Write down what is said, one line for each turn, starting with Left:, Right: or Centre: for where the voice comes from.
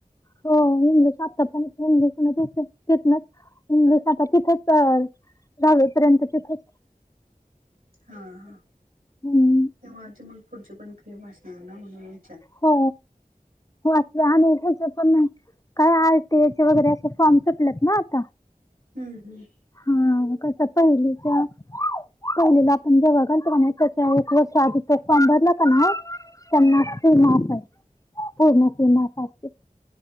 Left: हो इंगशात इंगशात तथच <unintelligible> दहावी पर्यंत ठीक होत
Right: हा हा
Left: हम्
Right: तेव्हा ज मग फुडचे <unintelligible> पण फिए बशी न ना म्हणे
Left: हो आपल्या अनोळखीच पण नाही काय आयटीयेचे वगैरे असे फॉर्म सुटलेत ना आता
Right: हम्म हम्म
Left: हा कसं पहिलेच्या पयलीला आपण जेव्हा गेलतो कणे बघालच म्हण त्याच्या एक वर्ष आधी त फॉर्म भरला का <unintelligible>
Right: हम्म
Left: त्यांना
Right: हम्म
Left: फी माफ आहे पूर्ण फी माफ असते